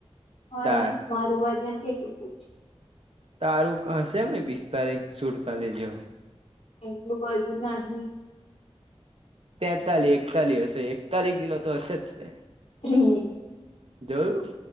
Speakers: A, on the left; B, on the right.
A: હા
B: તાર
A: યાર મારું વજન કેટલું પૂછ
B: તારું હશે એમ ને પિસ્તાલીસ સુડતાલીસ જેવું
A: એટલું બધું નહી
B: તેતાલીસ એકતાલીસ હશે એકતાલીસ દિલો તો હશે જ
A: ત્રી
B: જોયું